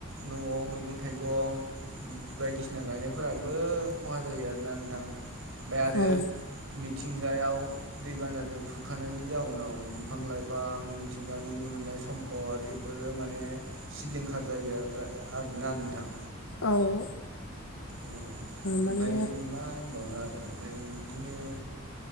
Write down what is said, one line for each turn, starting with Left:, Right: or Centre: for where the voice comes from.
Right: न'आव मैंगं थाइगं बायदिसिना गायनायफोराबो खहा जायो आरोना नोंथां ओमफ्राय आरो
Left: औ
Right: मिथिंगायाव दैबानाजों खुरखानायनि जाउनाव बिफां लाइफां नि मिथिंगानि मोननाय सम्फद एफोरो माने सिलिंखार जायो आरोदा आरोना नों नोंथां
Left: औ
Right: ओम
Left: माने
Right: ओमफाय मा होनबावनो आरो ओमफाय इदिनो